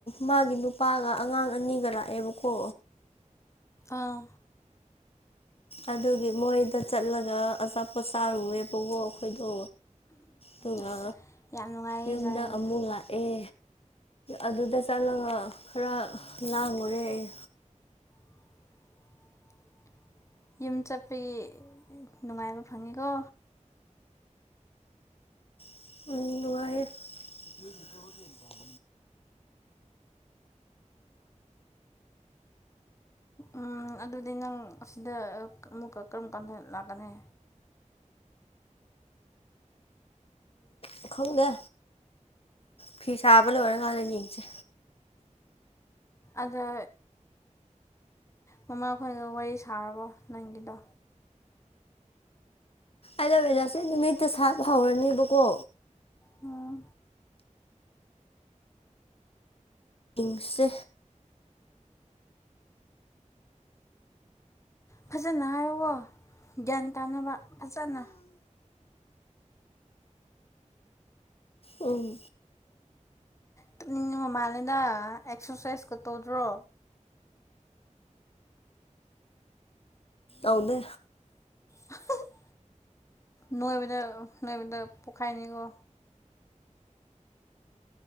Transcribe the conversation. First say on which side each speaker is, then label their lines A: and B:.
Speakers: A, on the left; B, on the left.
A: ꯃꯥꯒꯤ ꯅꯨꯄꯥꯒ ꯑꯉꯥꯡ ꯑꯅꯤꯒ ꯂꯥꯛꯑꯦꯕꯀꯣ
B: ꯑꯥ
A: ꯑꯗꯨꯒꯤ ꯃꯣꯏꯗ ꯆꯠꯂꯒ ꯑꯆꯥꯄꯣꯠ ꯆꯥꯔꯨꯑꯦꯕꯀꯣ ꯑꯩꯈꯣꯏꯗꯣ ꯑꯗꯨꯒ
B: ꯑꯁ ꯌꯥꯝ ꯅꯨꯡꯉꯥꯏꯌꯦ
A: ꯌꯨꯝꯗ
B: ꯖꯥꯠꯅꯤꯅꯦ
A: ꯑꯃꯨꯛ ꯂꯥꯛꯑꯦ ꯑꯗꯨꯗ ꯆꯠꯂꯒ ꯈꯔ ꯂꯥꯡꯉꯨꯔꯦ ꯑꯩ
B: <unintelligible> ꯌꯨꯝ ꯆꯠꯄꯒꯤ ꯅꯨꯡꯉꯥꯏꯕ ꯐꯪꯉꯤꯀꯣ
A: ꯉꯥꯏ
B: ꯎꯝ ꯑꯗꯨꯗꯤ ꯅꯪ ꯑꯁꯤꯗ ꯑꯃꯨꯛꯀ ꯀꯔꯝ ꯀꯥꯟꯗ ꯂꯥꯛꯀꯅꯤ
A: ꯎ ꯈꯪꯗ ꯐꯤ ꯁꯥꯥꯕ ꯂꯣꯏꯔꯦ ꯀꯂ ꯌꯦꯡꯁꯦ
B: ꯑꯗ ꯃꯃꯥ ꯈꯣꯏꯒ ꯋꯥꯔꯤ ꯁꯥꯔꯕꯣ ꯅꯪꯒꯤꯗꯣ
A: ꯑꯗꯂꯁꯦ ꯅꯨꯃꯤꯠꯇ ꯁꯥꯕ ꯍꯧꯔꯅꯦꯕꯀꯣ
B: ꯎꯝ
A: ꯏꯤꯡꯁꯦ
B: ꯐꯖꯅ ꯍꯥꯏꯌꯋꯣ ꯒ꯭ꯌꯥꯟ ꯇꯥꯅꯕ ꯐꯖꯅ
A: ꯎꯝ
B: ꯇꯞꯅꯤꯡ ꯃꯃꯥꯂꯅ ꯑꯦꯛꯁꯔꯁꯥꯏꯁꯀ ꯇꯧꯗ꯭ꯔꯣ
A: ꯑꯅꯦ
B: <unintelligible> ꯅꯣꯏꯕꯗ ꯅꯣꯏꯕꯗ ꯄꯣꯛꯈꯥꯏꯅꯤꯀꯣ